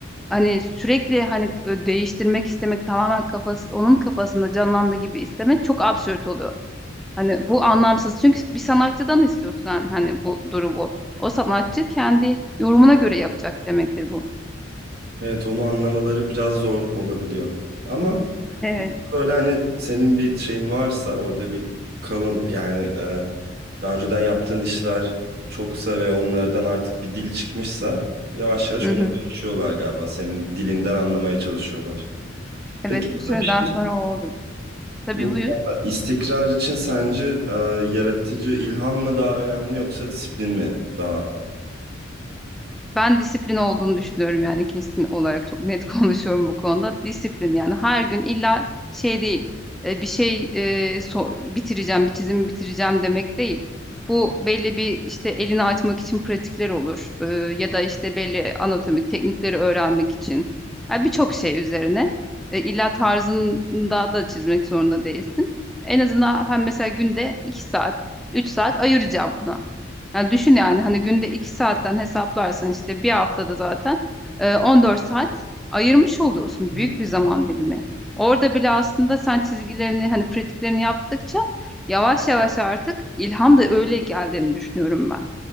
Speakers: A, in the centre; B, on the right.
A: hani sürekli hani değiştirmek istemek tamamen kafası onun kafasında canlandığı gibi istemek çok absürt oluyor. Hani bu anlamsız. Çünkü bir sanatçıdan istiyorsun hani hani bu durumu. O sanatçı kendi yorumuna göre yapacak demektir bu.
B: Evet onu anlamaları biraz zor olabiliyor. Ama
A: Evet.
B: böyle hani senin bir şeyin varsa orada bir kalın yani e, daha önceden yaptığın işler çoksa ve onlardan artık bir dil çıkmışsa yavaş yavaş
A: Hı
B: ona
A: hı.
B: dönüşüyorlar galiba. Senin dilinden anlamaya çalışıyorlar.
A: Evet
B: Peki
A: bir
B: sana
A: süreden
B: bir şey
A: sonra o oluyor. Tabii
B: Bu
A: buyur.
B: e, istikrar için sence e, yaratıcı ilham mı daha önemli yoksa disiplin mi daha
A: Ben disiplin olduğunu düşünüyorum yani kesin olarak çok net <laughs> konuşuyorum bu konuda. Disiplin yani her gün illa şey değil e, bir şey e, so- bitireceğim bir çizimi bitireceğim demek değil. Bu belli bir işte elini açmak için pratikler olur e, ya da işte belli anatomik teknikleri öğrenmek için. Yani birçok şey üzerine e, illa tarzında da çizmek zorunda değilsin. En azından hem mesela günde 2 saat 3 saat ayıracağım buna. Yani düşün yani hani günde 2 saatten hesaplarsan işte bir haftada zaten e, 14 saat ayırmış oluyorsun.
B: Hı.
A: Büyük bir zaman dilimi. Orada bile aslında sen çizgilerini hani pratiklerini yaptıkça yavaş yavaş artık ilham da öyle geldiğini düşünüyorum ben.